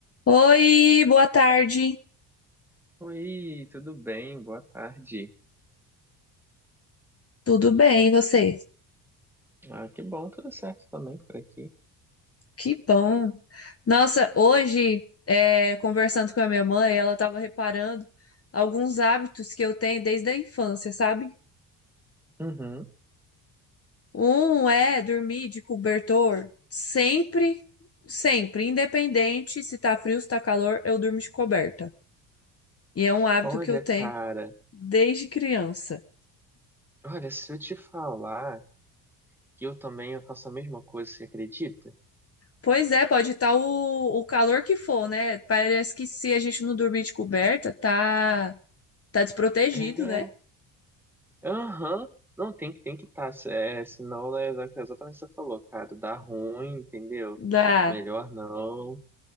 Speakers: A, on the left (about 30°); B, in the centre.
A: Oi, boa tarde.
B: Oi, tudo bem? Boa tarde.
A: Tudo bem, e você?
B: Ah, que bom, tudo certo também por aqui.
A: Que bom. Nossa, hoje, é, conversando com a minha mãe, ela estava reparando alguns hábitos que eu tenho desde a infância, sabe?
B: Uhum.
A: Um é dormir de cobertor sempre, sempre, independente se tá frio, se tá calor, eu durmo de coberta. E é um hábito
B: Olha,
A: que eu tenho
B: cara,
A: desde criança.
B: olha, se eu te falar que eu também eu faço a mesma coisa, você acredita?
A: Pois é, pode estar o, o calor que for, né? Parece que se a gente não dormir de coberta, tá. Tá desprotegido,
B: É,
A: né?
B: aham. Não, tem que tem que estar, é, senão é exatamente o que você falou, cara, dá ruim, entendeu?
A: Dá.
B: Melhor não,